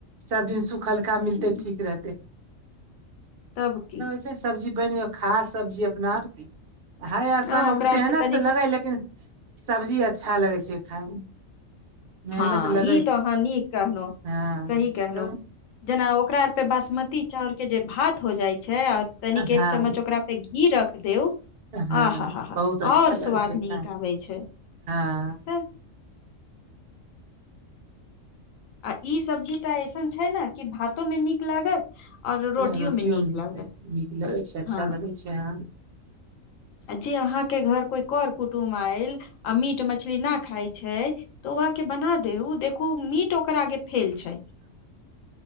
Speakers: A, on the right; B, on the left.
A: सब दिन सुखल्का
B: ह
A: मिलते ठीक रहतै
B: तब की
A: कैस सब्जी बैन खास सब्जी अपना आर की हय आसान
B: हँ ओकरा
A: मे
B: आर
A: पेहनत
B: पे तनिक
A: तऽ लगै लेकिन सब्जी अच्छा लगै छै खायमे मेहनत
B: हँ
A: लगै
B: ई तो
A: छै
B: अहाँ नीक कहनोहु
A: हँ
B: सही कहलौ
A: तऽ
B: जेना ओकरा आर के बासमती चाउर के जे भात हो जाइ छै और तनिक
A: हँ
B: एक चम्मच ओकरा पे घी रख देब
A: हँ
B: आह हा हा
A: बहुत अच्छा
B: आओर स्वाद
A: लगै छै
B: नीक
A: खाय
B: आबै छै
A: हँ
B: त आ ई सब्जी तऽ एऐसन छै ने कि भातोमे नीक लागत आओर रोटियो
A: ह रोटियोमे
B: मे नीक
A: निकै
B: लागत
A: ह नीक लगैत छै अच्छा
B: हँ
A: लगैत छै हँ
B: आ जे अहाँके घर कोइ कर कुटुमब आयल आ मीट मछली न खाइ छै तऽ ओहके बना दे ओ देखू मीट ओकरा आगे फेल छै